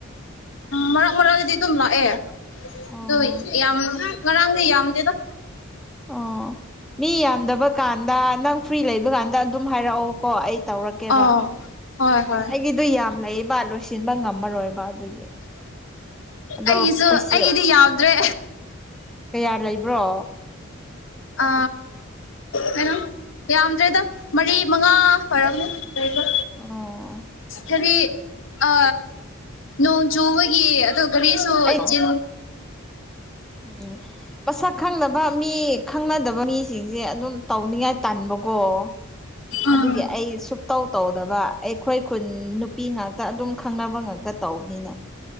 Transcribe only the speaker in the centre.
ꯑꯣ
ꯑꯣ ꯃꯤ ꯌꯥꯝꯗꯕ ꯀꯥꯟꯗ ꯅꯪ ꯐ꯭ꯔꯤ ꯂꯩꯕꯀꯥꯟꯗ ꯑꯗꯨꯝ ꯍꯥꯏꯔꯛꯑꯣ ꯀꯣ ꯑꯩ ꯇꯧꯔꯛꯀꯦꯕ
ꯑꯩꯒꯤꯗꯨ ꯌꯥꯝ ꯂꯩꯌꯦꯕ ꯂꯣꯏꯁꯤꯟꯕ ꯉꯝꯃꯔꯣꯏꯕ ꯑꯗꯨꯒꯤ ꯑꯗꯣ
ꯄꯩꯁꯥ
ꯀꯌꯥ ꯂꯩꯕ꯭ꯔꯣ
ꯑꯣ
ꯑꯩ
ꯎꯝ ꯃꯁꯛ ꯈꯪꯅꯕ ꯃꯤ ꯈꯪꯅꯗꯕ ꯃꯤꯁꯤꯡꯁꯦ ꯑꯗꯨꯝ ꯇꯧꯅꯤꯉꯥꯏ ꯇꯥꯟꯕꯀꯣ <unintelligible>
ꯑꯗꯨꯒꯤ ꯑꯩ ꯁꯨꯇꯧ ꯇꯧꯗꯕ ꯑꯩꯈꯣꯏ ꯈꯨꯟ ꯅꯨꯄꯤ ꯉꯥꯛꯇ ꯑꯗꯨꯝ ꯈꯪꯅꯕ ꯉꯥꯛꯇ ꯇꯧꯕꯅꯤꯅ